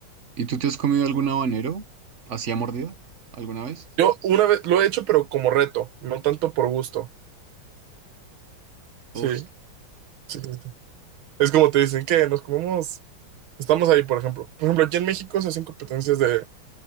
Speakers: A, on the right; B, on the right.
A: ¿Y tú te has comido algún habanero? ¿Así a mordida? ¿Alguna vez?
B: Yo una vez lo he hecho, pero como reto, no tanto por gusto.
A: Uf,
B: Sí, sí, sí, sí. Es como te dicen que nos comemos, estamos ahí, por ejemplo. Por ejemplo, aquí en México se hacen competencias de,